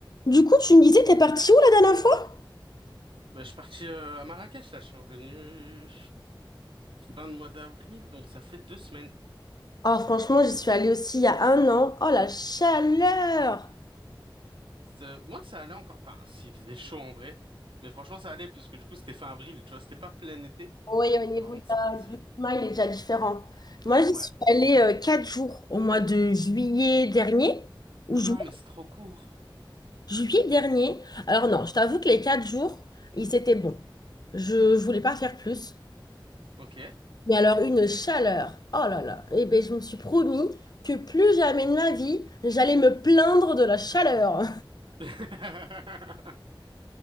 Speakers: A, on the left; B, on the right.
A: Du coup, tu me disais, t'es partie où la dernière fois?
B: Bah, je suis parti euh, à Marrakech, là, je suis revenu euh, fin de mois d'avril, donc ça fait deux semaines.
A: Ah, franchement, j'y suis allée aussi il y a un an. Oh, la chaleur!
B: C'est- Moi, ça allait encore, enfin, s'il faisait chaud en vrai, mais franchement, ça allait, parce que du coup, c'était fin avril, tu vois, c'était pas plein été.
A: Oui, au niveau
B: Par contre,
A: de la-
B: c'était...
A: du climat, il est déjà différent. Moi, j'y
B: Ouais.
A: suis allée euh, quatre jours au mois de juillet dernier, ou
B: Oh
A: ju-
B: non, mais c'est trop court.
A: juillet dernier. Alors non, je t'avoue que les quatre jours, ils étaient bons. Je, je voulais pas faire plus.
B: Ok.
A: Mais alors, une chaleur! Oh là là! Eh bien, je me suis promis que plus jamais de ma vie, j'allais me plaindre de la chaleur.
B: <laughs>